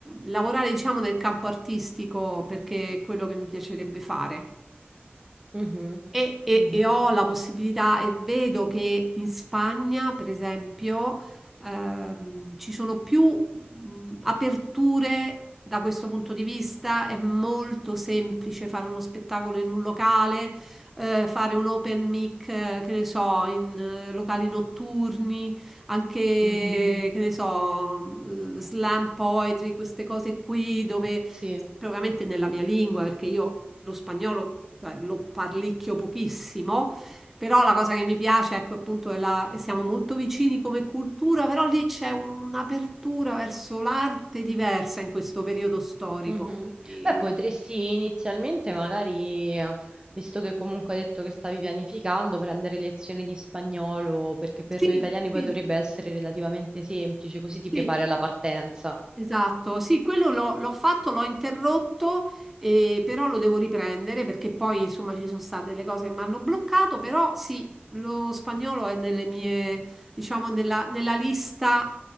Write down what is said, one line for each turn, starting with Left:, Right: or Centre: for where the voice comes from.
Centre: lavorare diciamo nel campo artistico perché è quello che mi piacerebbe fare.
Right: Mhm,
Centre: E, e-
Right: mhm,
Centre: e ho la possibilità e vedo che in Spagna, per esempio, ehm, ci sono più mh, aperture da questo punto di vista. È molto semplice fare uno spettacolo in un locale, eh, fare un open mic, eh, che ne so, in eh, locali notturni, anche,
Right: mhm,
Centre: Mhm. che ne so, eh, slam poetry, queste cose qui dove
Right: Sì.
Centre: propriamente nella mia lingua, perché io lo spagnolo, cioè, lo parlicchio pochissimo, però la cosa che mi piace, ecco, appunto, è la... e siamo molto vicini come cultura, però lì c'è un'apertura verso l'arte diversa in questo periodo storico.
Right: Mhm.
Centre: Quindi,
Right: Beh, potresti inizialmente magari, eh, visto che comunque hai detto che stavi pianificando, prendere lezioni di spagnolo, perché per
Centre: sì,
Right: noi italiani poi
Centre: sì,
Right: dovrebbe essere relativamente semplice, così ti
Centre: sì.
Right: prepari alla partenza.
Centre: Esatto, sì, quello l'ho l'ho fatto, l'ho interrotto, eh, però lo devo riprendere perché poi insomma ci sono state le cose che mi hanno bloccato, però sì, lo spagnolo è nelle mie, diciamo, nella, nella lista